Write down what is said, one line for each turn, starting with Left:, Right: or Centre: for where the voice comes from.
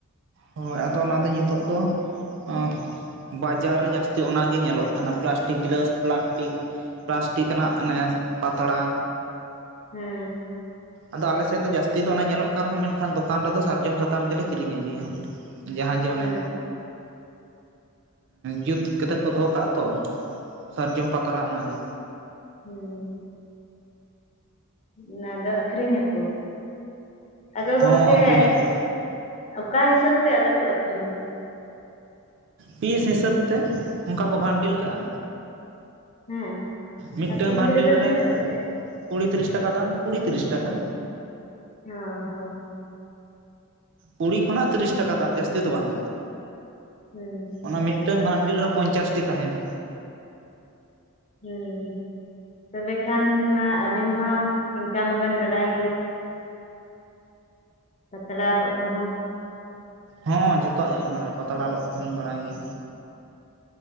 Right: ᱦᱳᱭ ᱟᱫᱚ ᱚᱱᱟᱫᱚ ᱱᱤᱛᱚᱜ ᱫᱚ ᱟᱸ ᱵᱟᱡᱟᱨ ᱨᱮ ᱡᱟᱹᱥᱛᱤ ᱚᱱᱟ ᱜᱮ ᱧᱮᱞᱚᱜ ᱠᱟᱱᱟ ᱯᱞᱟᱥᱴᱤᱠ ᱜᱞᱟᱥ ᱯᱞᱟᱥᱴᱤᱠ ᱯᱞᱟᱥᱴᱤᱠ ᱟᱱᱟᱜ ᱚᱱᱮ ᱯᱟᱛᱲᱟ
Left: ᱦᱮᱸ
Right: ᱟᱫᱚ ᱟᱞᱮ ᱥᱮᱱ ᱫᱚ ᱡᱟᱹᱥᱛᱤ ᱫᱚ ᱚᱱᱟ ᱧᱮᱞᱚᱜ ᱠᱟᱱ ᱨᱮᱦᱚᱸ ᱢᱮᱱᱠᱷᱟᱱ ᱫᱚ ᱫᱚᱠᱟᱱ ᱨᱮᱫᱚ ᱥᱟᱨᱡᱚᱢ ᱥᱟᱠᱟᱢ ᱜᱮᱞᱮ ᱠᱤᱨᱤᱧ ᱟᱹᱜᱩᱭᱟ ᱡᱟᱦᱟᱸ ᱡᱮ
Left: ᱦᱮᱸ
Right: ᱚᱱᱮ ᱡᱩᱛ ᱠᱛᱮᱫ ᱠᱚ ᱫᱚᱦᱚ ᱠᱟᱜᱼᱟ ᱛᱚ ᱥᱟᱨᱡᱚᱢ ᱯᱟᱛᱲᱟ ᱚᱱᱟᱜᱮ
Left: ᱦᱩᱸ ᱚᱱᱟᱫᱚ ᱟᱹᱠᱷᱨᱤᱧ ᱟᱠᱚ, ᱟᱫᱚ
Right: ᱦᱚᱸ
Left: ᱜᱚᱝᱠᱮ
Right: ᱟᱹᱠᱷᱨᱤᱧᱟᱠᱚ
Left: ᱚᱠᱟ ᱦᱤᱥᱟᱹᱵ ᱛᱮ ᱟᱫᱚ ᱠᱚ ᱟᱹᱷᱨᱤᱧᱮᱫ
Right: ᱯᱤᱥ ᱦᱤᱥᱟᱹᱵᱛᱮ ᱚᱱᱠᱟ ᱠᱚ ᱵᱷᱟᱱᱰᱤᱞ ᱠᱟᱜᱼᱟ᱾
Left: ᱦᱮᱸ
Right: ᱢᱤᱫᱴᱟᱝ
Left: ᱟᱨ ᱯᱤᱥ
Right: ᱵᱷᱟᱱᱰᱤᱞ
Left: ᱨᱮᱫᱚ
Right: ᱨᱮ
Left: ᱛᱤᱱᱟᱹᱜ ᱠᱟᱛᱮᱫ
Right: ᱠᱩᱲᱤ ᱛᱤᱨᱤᱥ ᱴᱟᱠᱟ ᱫᱟᱢ ᱠᱩᱲᱤ ᱛᱤᱨᱤᱥ ᱴᱟᱠᱟ
Left: ᱦᱚᱸ ᱦᱚᱸ ᱦᱚ
Right: ᱠᱩᱲᱤ ᱠᱷᱚᱱᱟᱜ ᱛᱤᱨᱤᱥ ᱴᱟᱠᱟ ᱫᱟᱢ ᱡᱟᱹᱥᱛᱤ ᱫᱚ ᱵᱟᱝ
Left: ᱦᱩᱸ
Right: ᱚᱱᱟ ᱢᱤᱫᱴᱟᱝ ᱵᱷᱟᱱᱰᱮᱞ ᱨᱮ ᱯᱚᱧᱪᱟᱥᱴᱤ ᱛᱟᱦᱮᱱᱟ
Left: ᱦᱩᱸ ᱛᱚᱵᱮ ᱠᱷᱟᱱ ᱢᱟ ᱟᱵᱤᱱ ᱦᱚᱸ ᱤᱱᱠᱟ ᱢᱟᱵᱮᱱ ᱵᱟᱰᱟᱭ ᱜᱮᱭᱟ ᱯᱟᱛᱲᱟ ᱨᱚᱜ ᱠᱚᱦᱚᱸ
Right: ᱦᱚᱸ ᱡᱚᱛᱚᱣᱟᱜ ᱜᱮᱞᱤᱧ ᱵᱟᱲᱟᱭᱟ ᱯᱟᱛᱲᱟ ᱨᱚᱜ ᱦᱚᱸᱞᱤᱧ ᱵᱟᱲᱟᱭ ᱜᱮᱭᱟ